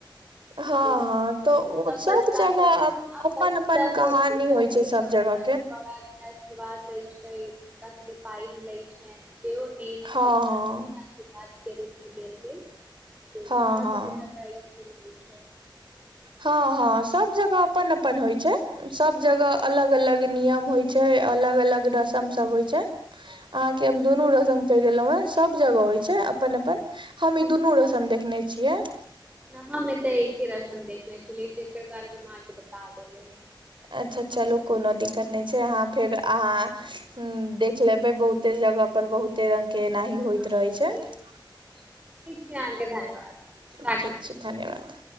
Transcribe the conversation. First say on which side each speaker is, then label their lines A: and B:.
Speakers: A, on the right; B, on the right.
A: हँ
B: फेर
A: हँ तऽ ओ
B: सब बच्चा
A: जगह
B: सब अब
A: अपन
B: बच्चा
A: अपन
B: सब
A: कहानी होइ
B: जाे
A: छै सब
B: अपन
A: जगह
B: बड़ा के आशीर्वाद ले छै हुनका सबके पाइ मिले छैन सेहो ने
A: हँ
B: बच्चा सबके आशीर्वाद के रूप देल गेल
A: हँ
B: हमरा
A: हँ
B: सबके हो छै
A: हँ हँ सब जगह अपन अपन होइ छै सब जगह अलग अलग नियम होइ छै अलग अलग रसम सब होइ छै अहाँके हम दुनू रस्म कहि देलहुं हें सब जगह होइ छै अपन अपन हम ई दुनू रस्म देखने छियै
B: न तऽ एक ही रसम देख लिय जेकर बारे मेके बता देली
A: अच्छा चलू कोनो दिक्कत नहि छै अहाँ फेर अहाँ देख लेबै बहुते जगह पर बहुते रंग के एनाही होइत
B: हँ
A: रहै छै ठीक
B: छै अहाँके धन्यवाद राखै छी
A: छै धन्यवाद